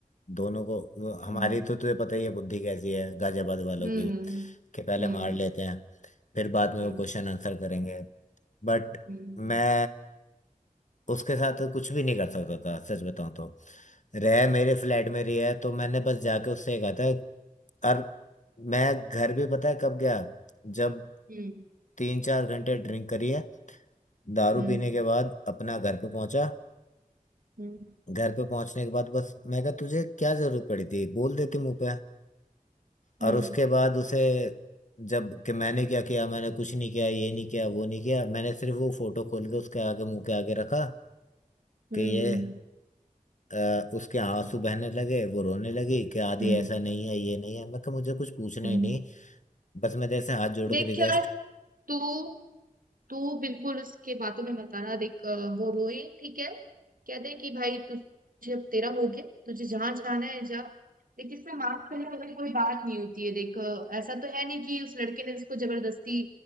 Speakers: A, on the left; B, on the right.
A: दोनों को वो हमारी
B: हम्म।
A: तो तुझे पता ही है बुद्धि कैसी है गाजियाबाद वालों
B: हम्म
A: की कि पहले
B: हम्म
A: मार लेते हैं फिर बाद में
B: हम्म
A: वो क्वेश्चन आंसर करेंगे बट
B: हम्म
A: मैं उसके साथ कुछ भी नहीं कर सकता था सच बताऊं तो रह मेरे फ्लैट में रही है तो मैंने बस जाके उससे कहा था और मैं घर भी पता है कब गया जब
B: हम्म
A: तीन चार घंटे ड्रिंक करी है दारू
B: हम्म
A: पीने के बाद अपना घर पे पहुंचा
B: हम्म
A: घर पे पहुंचने के बाद बस मैं कहा तुझे क्या जरूरत पड़ी थी बोल देती मुंह पे
B: हम्म
A: और उसके बाद उसे जब कि मैंने क्या किया मैंने कुछ नहीं किया ये नहीं किया वो नहीं किया मैंने सिर्फ वो फोटो खोल के उसके आगे मुंह के आगे रखा
B: हम्म,
A: कि ये अ, उसके आंसू बहने लगे वो रोने लगी कि आदि
B: हम्म,
A: ऐसा
B: हम्म।
A: नहीं है ये नहीं है मैं कहा मुझे कुछ पूछना
B: हम्म।
A: ही नहीं बस मैं जैसे हाथ जोड़
B: देख
A: के रिक्वेस्ट
B: यार तू तू बिल्कुल उसके बातों में मत आना देख अ, वो रोए ठीक है कह दे कि भाई तुझे अब तेरा हो गया तुझे जहां जाना है जा देख इसमें माफ करने वाली कोई बात नहीं होती है देख अ, ऐसा तो है नहीं कि उस लड़के ने इसको जबरदस्ती